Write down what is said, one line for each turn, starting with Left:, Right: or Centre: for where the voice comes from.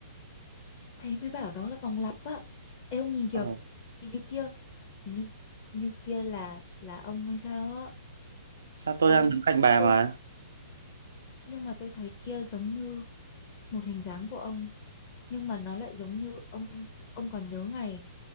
Left: thế mới bảo đó là vòng lặp á. Ê, ông nhìn kìa,
Right: ờ,
Left: hình như kia, hình như như kia là là ông hay sao á.
Right: sao tôi
Left: Tôi
Right: đang đứng cạnh bà
Left: tôi
Right: mà
Left: nhưng mà tôi thấy kia giống như một hình dáng của ông, nhưng mà nó lại giống như ông ông còn nhớ ngày